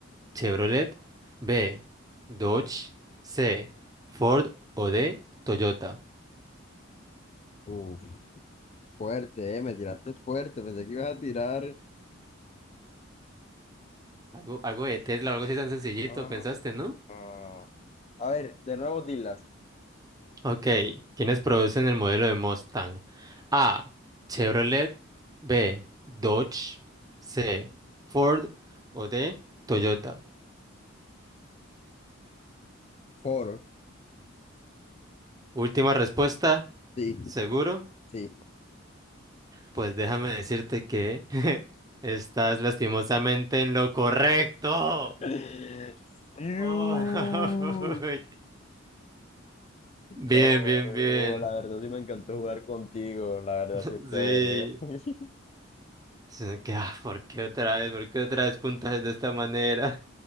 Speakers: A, on the right; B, on the left.
A: Chevrolet. B. Dodge. C. Ford o D. Toyota.
B: Uf, fuerte, eh, me tiraste fuerte, pensé que ibas a tirar.
A: Algo, algo de Tesla, algo así tan sencillito,
B: Ah,
A: pensaste, ¿no?
B: ah. A ver, de nuevo dilas.
A: Ok, ¿quiénes producen el modelo de Mustang? A. Chevrolet. B. Dodge. C. Ford. O D. Toyota.
B: Foro.
A: Última respuesta.
B: Sí,
A: ¿Seguro?
B: sí.
A: Pues déjame decirte que <laughs> estás lastimosamente en lo correcto.
B: <laughs> Fiu.
A: Oh, <laughs> Bien,
B: No,
A: bien, bien.
B: la verdad sí me encantó jugar contigo, la verdad
A: <laughs>
B: sí es chévere.
A: Sí.
B: ¿eh? <laughs>
A: Sino que, ah, ¿por qué otra vez? ¿Por qué otra vez puntajes de esta manera?